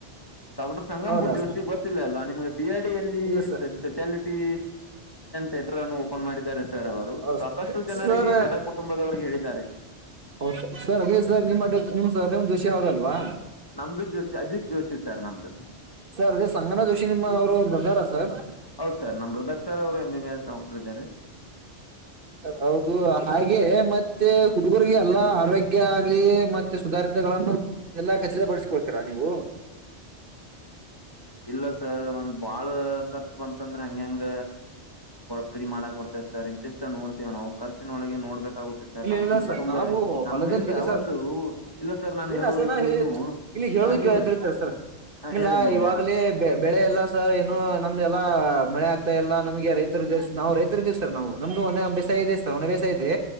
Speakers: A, on the left; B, on the right.
A: ಡಾಕ್ಟರ್ ಸಂಗಪು
B: ಹೌದಾ
A: ಜೋಶಿ
B: ಸರ್
A: ಗೊತ್ತಿಲ್ಲ ಅಲ್ಲ ನಿಮ್ಗೆ ಬಿ ಎಡಿಿಯಲ್ಲಿ
B: ಇಲ್ಲ ಸರ್
A: ಸ್ಪೆಷಾಲಿಟಿ ಥೇಟರ್ ಅನ್ನು ಓಪನ್ ಮಾಡಿದ್ದಾರೆ ಸರ್ ಅವರು
B: ಹೌದು
A: ಸಾಕಷ್ಟು ಜನರಿಗೆ
B: ಸರ್
A: ಬಡ ಕುಟುಂಬದವರಿಗೆ ಹೇಳಿದ್ದಾರೆ
B: ಹೌ ಸರ್ ಅದೇ ಸರ್ ನಿಮ್ಮ್ ಅಡಮ್ ಸರ್ ನವು್ ಜೋಷಿ ಹೌದಲ್ವಾ
A: ನಮ್ದು ಜೋಶಿ ಅಜಿತ್ ಜೋಶಿ ಸರ್ ನಮ್ದು
B: ಸರ್ ಅದೇ ಸಂಗನಾ ಜೋಶಿ ನಿಮ್ಮ ಅವರು ಬ್ರದರ ಸರ್
A: ಹೌದ್ ಸರ್ ನಮ್ಮ್ ಬ್ರದರ್ ಸರ್ ಅವರು A B B S doctor ಇದ್ದಾರೆ
B: ಹೌದು ಹಾಗೆ ಮತ್ತೆ ಹುಡುಗರ್ರಿಗೆ ಎಲ್ಲಾ ಆರೋಗ್ಯ ಆಗ್ಲಿ ಮತ್ತೆ ಸುಧಾರ ದಗಳನ್ನು ಎಲ್ಲಾ ಖಚಿತಪಡಿಸಿಕೊಳ್ತೀರಾ ನೀವು
A: ಇಲ್ಲ ಸರ್ ಒಂದ್ ಬಾಳ ಖರ್ಚು ಬಂತಂದ್ರೆ ಹಂಗಂಗ ಫ್ರೀ ಮಾಡಾಕ್ ಬರ್ತೈದೆ ಸರ್ ಇಂತಿಷ್ಟ ನೋಡ್ತೇವೆ ನಾವು ಖರ್ಚಿನ ಒಳಗೆ ನೋಡ್ಬೇಕು ತ್ತೆ ಸರ್
B: ಇಲ್ಲ
A: ನಮ್ದು
B: ಇಲ್ಲ ಸರ್
A: ಕುಟುಂಬ
B: ನಾವು
A: ನಮ್ಮಿಂದ
B: ಹೊಲದಲ್ಲಿ ಇಲ್ಲ ಸರ್
A: ಒಂದು ಇಲ್ಲ ಸರ್ ನಾನು
B: ಇಲ್ಲ
A: ಹೇಳುವುದ
B: ಸರ್ ನಾ
A: ಕೇಳಿ ನೀವು
B: ಇಲ್ಲಿ ಹೇಳೋದಕ್ಕೆ
A: ಹಾ ನೀವು
B: ತಿರ್ತರ ಸರ್
A: ಹಾ
B: ಇಲ್ಲ
A: ಹೇಳಿ ನೀವು
B: ಇವಾಗಲೇ
A: ಹೇಳ
B: ಬೆಳೆ ಎಲ್ಲ ಸರ್ ಏನು ನಮ್ದ ಎಲ್ಲಾ ಮಳೆ ಆಗ್ತಾ ಎಲ್ಲ ನಮಗೆ ರೈತರು ಇದ್ದ ನಾವು ರೈತರು ಇದೀವಿ ಸರ್ ನಾವು ನಮ್ದು ಒನೆ ಬಸ ಇದೆ ಸರ್ ಒನೆ ಬೇಸ ಇದೆ